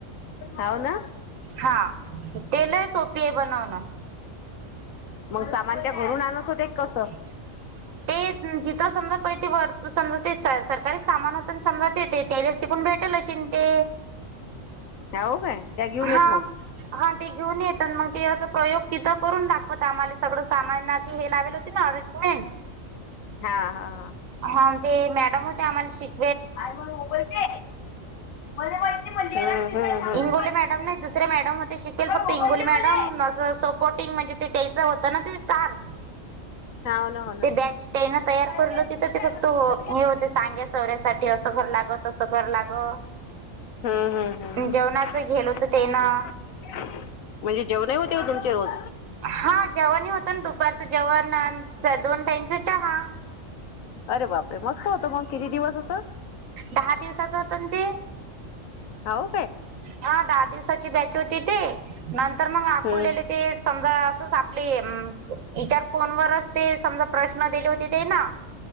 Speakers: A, on the left (about 85°); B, on the right (about 80°).
A: हाव ना?
B: हा ते लय सोपी आहे बनवणं.
A: मग सामान त्या भरून आणत होते कसं?
B: <unintelligible> ते जिथं समजा प ते वर समजा ते सरकारी सामान होत समजा ते त्या तिकून भेटेल अशी ते.
A: हाव काय त्या घेऊन
B: हा.
A: येत मग.
B: हा ते घेऊन येतान मंग ते असं प्रयोग तिथं करून दाखवत आम्हाले सगळं सामानाचे हे लावेलं. ती नारज मे
A: हा हा हा.
B: हा ते मॅडम होते आम्हाला शिक
A: हम्म. हम्म.
B: बोले मॅडमने दुसरे दुसरे मॅडम हो ते शिकेल फक्त
A: मोबाईल
B: इंगोली
A: दे मला
B: मॅडम असं सपोर्टिंग म्हणजे ते त्याचा होतं ना ते कार
A: हाव ना हो ना
B: ते बॅच त्यान तयार
A: खाली
B: करलो.
A: जाय
B: तिथं
A: कुठे जाय
B: ते फक्त
A: मला
B: हे
A: मोबाईल दे.
B: होते, सांग्या सौर्यासाठी असं करना ग तसं करन ग.
A: हम्म हम्म हम्म
B: जेवणाच घेलो तर
A: जास्तीत
B: ते ना.
A: जास्त. म्हणजे जेवण हो तेव तुमच्या रोज.
B: हा जेवणही होतं ना दुपारचं जेवण दोन टाईमचा चहा.
A: अरे बापरे मस्त होतं मग किती दिवस होत?
B: दहा दिवसाच होता ना ते.
A: हाउ.
B: हा दहा दिवसाची बॅच होती ते नंतर मंग आकुलेले
A: हम्म
B: ते समजा असंच आपले उम्म इचार फोन वरच ते समजा प्रश्न दिले होते ते ना.